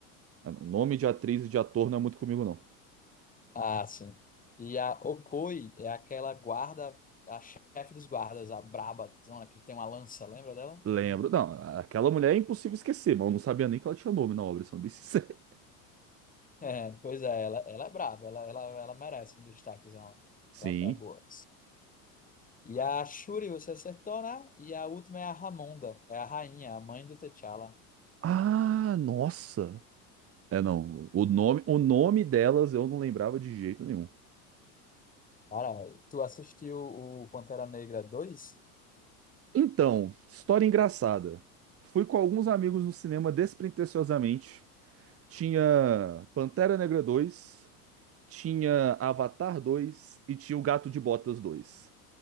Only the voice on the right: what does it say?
O nome de atriz e de ator não é muito comigo, não.
Lembro. Não, aquela mulher é impossível esquecer, mas eu não sabia nem que ela tinha nome na obra, sendo bem sincero.
<laughs> Sim.
Ah, nossa. É, não. O nome, o nome delas eu não lembrava de jeito nenhum.
Então, história engraçada. Fui com alguns amigos no cinema despretensiosamente. Tinha Pantera Negra 2, tinha Avatar 2 e tinha O Gato de Botas 2.